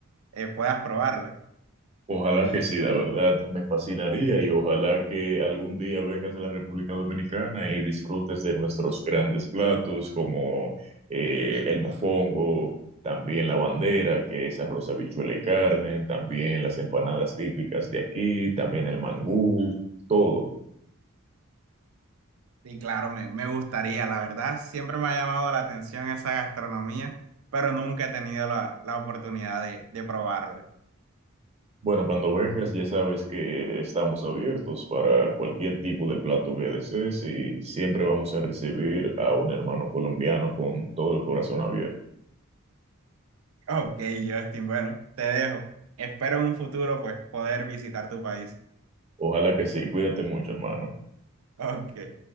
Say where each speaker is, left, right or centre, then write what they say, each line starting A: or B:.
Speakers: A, on the right; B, on the right.
A: eh, puedas probarla.
B: Ojalá que sí, la verdad, me fascinaría y ojalá que algún día vengas a la República Dominicana y disfrutes de nuestros grandes platos como eh, el mofongo, también la bandera, que es arroz, habichuela y carne, también las empanadas típicas de aquí, también el mangú, todo.
A: Y claro, me, me gustaría, la verdad, siempre me ha llamado la atención esa gastronomía, pero nunca he tenido la, la oportunidad de, de probarla.
B: Bueno, cuando vengas ya sabes que estamos abiertos para cualquier tipo de plato que desees y siempre vamos a recibir a un hermano colombiano con todo el corazón abierto.
A: Ok, Justin, bueno, te dejo. Espero en un futuro pues poder visitar tu país.
B: Ojalá que sí. Cuídate mucho, hermano.
A: Ok.